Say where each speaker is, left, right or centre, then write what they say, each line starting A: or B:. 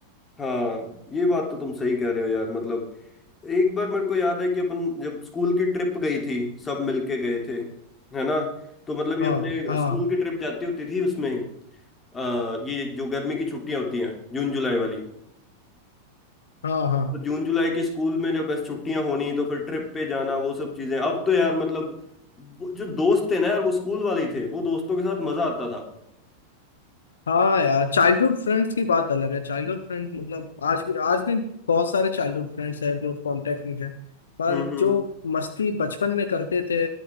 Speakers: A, on the left; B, on the left.
A: हाँ ये बात तो तुम सही कह रहे हो यार मतलब एक बार मेरे को याद है कि अपन जब स्कूल की ट्रिप गई थी सब मिलके गए थे है ना तो मतलब ये
B: हाँ
A: अपने
B: हाँ
A: स्कूल की ट्रिप जाती होती थी उसमें आ, ये जो गर्मी की छुट्टियां होती हैं जून जुलाई वाली
B: हाँ हाँ
A: तो जून जुलाई के स्कूल में जब बस छुट्टियां होनी तो फिर ट्रिप पे जाना वो सब चीजें अब तो यार मतलब वो जो दोस्त थे ना यार वो स्कूल वाले ही थे वो दोस्तों के साथ मजा आता था
B: हाँ यार चाइल्डहुड फ्रेंड्स की बात अलग है चाइल्डहुड फ्रेंड मतलब आज भी आज भी बहुत सारे चाइल्डहुड फ्रेंड्स हैं जो कांटेक्ट में हैं पर
A: हम्म हम्म
B: जो मस्ती बचपन में करते थे